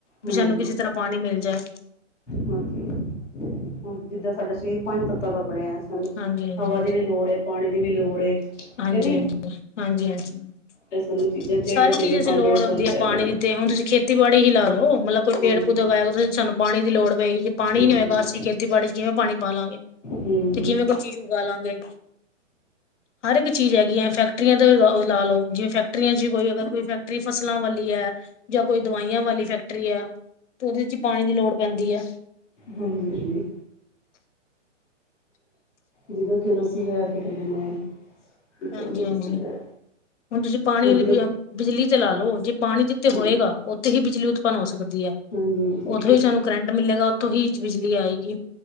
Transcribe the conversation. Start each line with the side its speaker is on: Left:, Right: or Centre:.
Centre: ਹਾਂਜੀ
Left: ਵੀ ਸਾਨੂੰ ਕਿਸੇ ਤਰ੍ਹਾਂ ਪਾਣੀ ਮਿਲ ਜਾਏ।
Centre: ਹਾਂਜੀ ਹੁਣ ਜਿੱਦਾਂ ਸਾਡਾ ਸਰੀਰ ਪੰਜ ਤੱਤਾਂ ਦਾ ਬਣਿਆ। ਸਾਨੂੰ
Left: ਹਾਂਜੀ-ਹਾਂਜੀ,
Centre: ਹਵਾ ਦੀ ਵੀ ਲੋੜ ਏ। ਪਾਣੀ ਦੀ ਵੀ ਲੋੜ ਏ।
Left: ਹਾਂਜੀ
Centre: ਕਿ ਨਹੀਂ
Left: -ਹਾਂਜੀ ਹਾਂਜੀ -ਹਾਂਜੀ।
Centre: ਇਹ ਸਾਨੂੰ ਚੀਜ਼ਾਂ ਚਾਹੀਦੀਆਂ
Left: ਸਾਰੀ
Centre: ਚਾਹੀਦੀਆਂ
Left: ਚੀਜ਼ ਅਸੀ
Centre: ਪੰਜ
Left: ਲੋੜ
Centre: ਜਿਹੜੇ
Left: ਆਉਂਦੀ
Centre: ਤੰਤ
Left: ਆ।
Centre: ਹੈਗੇ
Left: ਪਾਣੀ
Centre: ਨੇ
Left: ਦੀ ਤੇ ਹੁਣ ਤੁਸੀਂ ਖੇਤੀ- ਖੇਤੀਬਾੜੀ ਹੀ ਲਾ ਲੋ ਮਲਬ ਕੋਈ
Centre: ਹਾਂਜੀ।
Left: ਪੇੜ ਪੌਦੇ ਉਗਾਏ ਓਦੇ ਲਈ ਸਾਨੂੰ ਪਾਣੀ ਦੀ ਲੋੜ ਪਏਗੀ। ਪਾਣੀ
Centre: ਹਾਂਜੀ
Left: ਨੀ ਹੋਏਗਾ ਅਸੀਂ ਖੇਤੀਬਾੜੀ ਚ ਕਿਵੇਂ ਪਾਣੀ ਪਾ ਲਾਂਗੇ।
Centre: ਹੂੰ
Left: ਤੇ ਕਿਵੇਂ ਕੋਈ ਚੀਜ਼ ਉਗਾ ਲਾਂਗੇ। ਹਰ ਇੱਕ ਚੀਜ਼ ਹੈਗੀ ਐ ਫੈਕਟਰੀਆਂ ਤੋਂ ਓ ਲਾ ਲੋ। ' ਜਿਵੇਂ ਫੈਕਟਰੀਆਂ 'ਚ ਵੀ ਕੋਈ ਅਗਰ ਕੋਈ ਫੈਕਟਰੀ ਫਸਲਾਂ ਵਾਲੀ ਐ। ਜਾਂ ਕੋਈ ਦਵਾਈਆਂ ਵਾਲੀ ਫੈਕਟਰੀ ਐ। ਤੇ ਉਦੇ 'ਚ ਪਾਣੀ ਦੀ ਲੋੜ ਪੈਂਦੀ ਐ।
Centre: ਹਾਂਜੀ ਜੀ ਜਿੱਦਾਂ ਕਿਲ ਸੀ ਐ ਕੀ ਕੇਂਦੇ ਨੇ - ਕੀ
Left: ਹਾਂਜੀ
Centre: ਕਹਿਣ ਲਗੀ
Left: ਹਾਂਜੀ
Centre: ਸੀ ਮੈਂ।
Left: ਹੁਣ ਤੁਸੀਂ ਪਾਣੀ
Centre: ਹੁਣ
Left: ਲਈ
Centre: ਜਿੱਦਾਂ ਕਿ
Left: ਅ ਬਿਜਲੀ ਤੇ ਲਾ ਲਓ। ਜੇ ਪਾਣੀ ਜਿੱਥੇ
Centre: ਹਾਂਜੀ
Left: ਹੋਏਗਾ ਓਥੇ ਹੀ ਬਿਜਲੀ ਉਤਪੰਨ ਹੋ ਸਕਦੀ ਐ।
Centre: ਹਾਂਜੀ ਹਾਂਜੀ
Left: ਓਥੋਂ ਹੀ ਸਾਨੂੰ ਕਰੰਟ ਮਿਲੇਗਾ। ਓਥੋਂ ਹੀ ਬਿਜਲੀ ਆਏਗੀ।